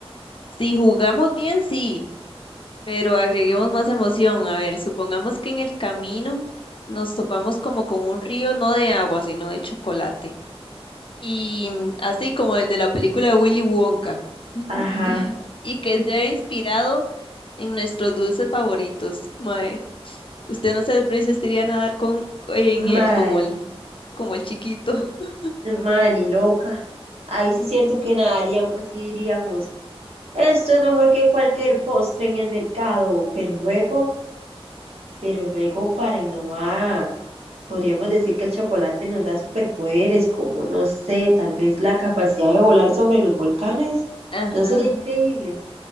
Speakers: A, on the left; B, on the right.
A: Si jugamos bien, sí, pero agreguemos más emoción. A ver, supongamos que en el camino nos topamos como con un río, no de agua, sino de chocolate. Y mm, así como el de la película de Willy Wonka, <laughs>
B: Ajá,
A: y que se ha inspirado en nuestros dulces favoritos. Mae, usted no se resistiría a nadar con, en
B: man,
A: él como el, como el chiquito. <laughs>
B: man y loca. Ahí sí es cierto que nadaríamos y diríamos, esto es mejor que cualquier postre en el mercado, pero luego, pero luego para innovar, podríamos decir que el chocolate nos da superpoderes, como no sé, tal vez la capacidad de volar sobre los volcanes,
A: Ajá.
B: ¿no sería increíble?